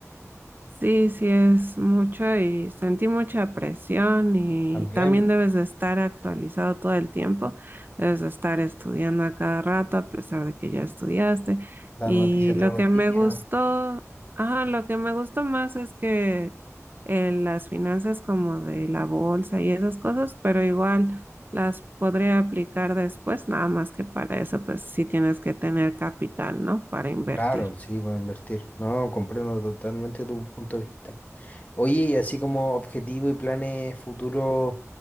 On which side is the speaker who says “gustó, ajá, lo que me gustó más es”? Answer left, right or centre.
Right